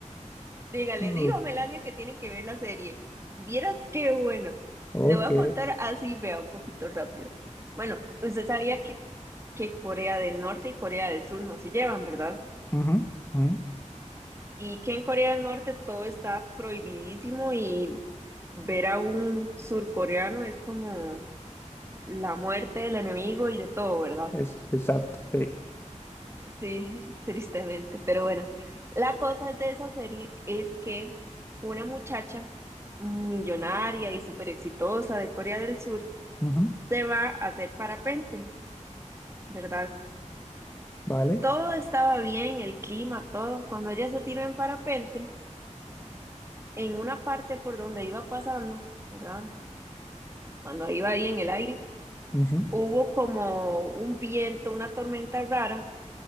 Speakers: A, on the right; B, on the left.
A: Dígale,
B: Ok.
A: dijo Melania que tiene que ver la serie. Vieras qué bueno.
B: ok.
A: Le voy a contar así, vea, un poquito rápido. Bueno, usted sabía que que Corea del Norte y Corea del Sur no se llevan, ¿verdad?
B: Ujú, ujú.
A: Y que en Corea del Norte todo está prohibidísimo y ver a un surcoreano es como la muerte del enemigo y de todo, ¿verdad?
B: Es, exacto. sí.
A: Sí, <laughs> tristemente, pero bueno. La cosa de esa serie es que una muchacha millonaria y súper exitosa de Corea del Sur
B: Ujú,
A: se va a hacer parapente, ¿verdad?
B: Vale.
A: Todo estaba bien, el clima, todo. Cuando ella se tiró en parapente, en una parte por donde iba pasando, ¿verdad? Cuando iba ahí en el aire,
B: Ujú.
A: hubo como un viento, una tormenta rara